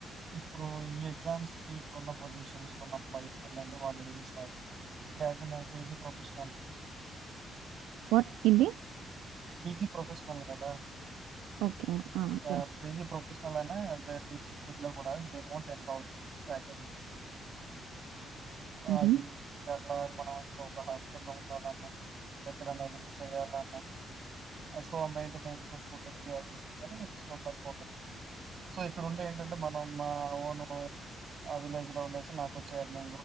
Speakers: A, on the right; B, on the right.
A: ఇప్పుడు ఇఏజ్ ఎగ్జామ్స్ కి ఇప్పుడున్న పోజిషన్స్ వల్ల బయటికి వెళ్ళడి వాళ్ళు పిలుస్తారు, ఇప్పుడు హస్ ఏ పీజీ ప్రొఫెషనల్
B: ఆ ఏంటి?
A: పీజీ ప్రొఫెషనల్ కదా
B: ఓకే
A: ఆ
B: యా
A: పీజీ ప్రొఫెస్ అలానే వే టీచిస్ ఫీల్డ్ లో కూడా మినిమం టెన్ థౌసండ్ ప్యాకేజ్ ఉంది అ
B: మ్హూ
A: ఇన్ టా అంట లోపల నష్టంలో ఉండాలన్న ఎక్కడ నేన్ చెయ్యాలన్నా ఆసో మెంటెనెన్స్ <unintelligible> కానీ మంచి కోసం వాడతా సో ఇక్కడ ఉంటే ఏంటంటే మనం మా ఓను ఆ విలేజ్ లో ఉండసి మాకు వచ్చను